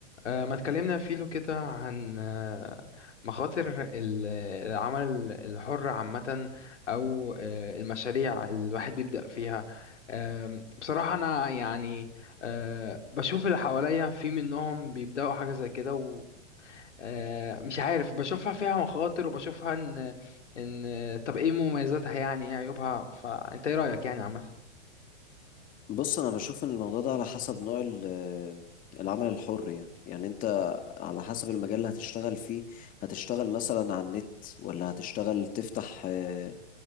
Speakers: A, on the left; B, on the left.
A: آه، ما اتكلمنا فيلو كده عن آه، مخاطر ال- العمل الحر عامة أو آه، المشاريع الواحد بيبدأ فيها آم، بصراحة أنا يعني آه، بشوف اللي حواليا في منهم بيبدأوا حاجة زي كده ومش عارف بشوفها فيها مخاطر وبشوفها إن إن طب إيه مميزاتها يعني إيه عيوبها فأنت إيه رأيك يعني عامة
B: بص انا بشوف ان الموضوع ده على حسب نوع ال- آه، العمل الحر يعني يعني انت على حسب المجال اللي هتشتغل فيه هتشتغل مثلا على النت ولا هتشتغل تفتح آه،